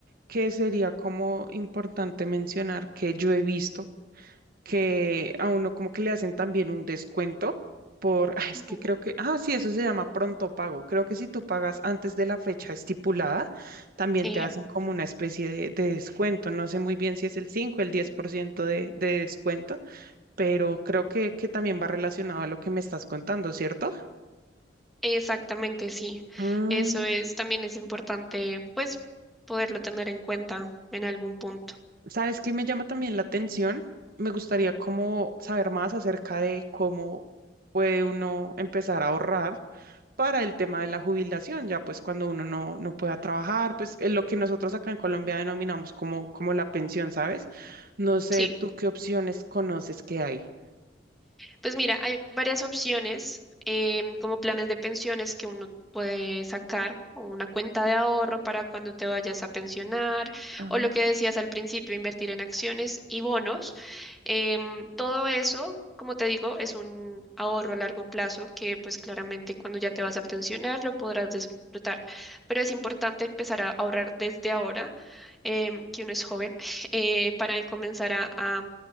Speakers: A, on the right; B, in the centre.
A: que sería como importante mencionar que yo he visto que a uno como que le hacen también un descuento por, ah, es
B: Ujú.
A: que creo que, ah, sí, eso se llama pronto pago. Creo que si tú pagas antes de la fecha estipulada, también
B: Sí.
A: te hacen como una especie de, de descuento. No sé muy bien si es el 5 el 10% de, de descuento, pero creo que, que también va relacionado a lo que me estás contando, ¿cierto?
B: Exactamente, sí.
A: Mm,
B: Eso es, también es importante, pues, poderlo tener en cuenta en algún punto.
A: ¿sabes qué me llama también la atención? Me gustaría como saber más acerca de cómo puede uno empezar a ahorrar para el tema de la jubilación, ya pues cuando uno no, no pueda trabajar, pues es lo que nosotros acá en Colombia denominamos como, como la pensión, ¿sabes? No sé,
B: Sí.
A: ¿tú qué opciones conoces que hay?
B: Pues mira, hay varias opciones, em, como planes de pensiones que uno puede sacar, o una cuenta de ahorro para cuando te vayas a pensionar,
A: Ah,
B: o lo que decías al principio, invertir en acciones y bonos. Em, todo eso, como te digo, es un ahorro a largo plazo que pues claramente cuando ya te vas a pensionar lo podrás disfrutar. Pero es importante empezar a ahorrar desde ahora, em, que uno es joven, <laughs> eh, para comenzar a a,